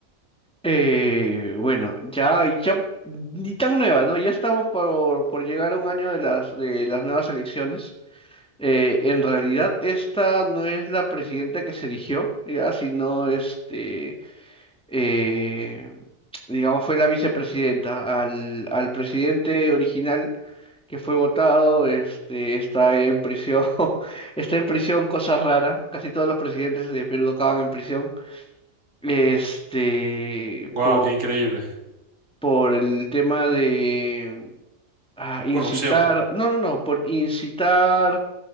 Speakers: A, in the centre; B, on the right.
A: Eh, bueno, ya, ya, ni tan nueva, ¿no? Ya estamos por, por llegar a un año de las, de las nuevas elecciones. Eh, en realidad, esta no es la presidenta que se eligió, ya, sino este eh, digamos, fue la vicepresidenta. Al, al presidente original que fue votado, este, está en prisión, <laughs> está en prisión, cosa rara. Casi todos los presidentes de Perú acaban en prisión. Este,
B: ¡Guau,
A: por,
B: qué increíble!
A: por el tema de ah, incitar,
B: Corrupción.
A: no, no, no, por incitar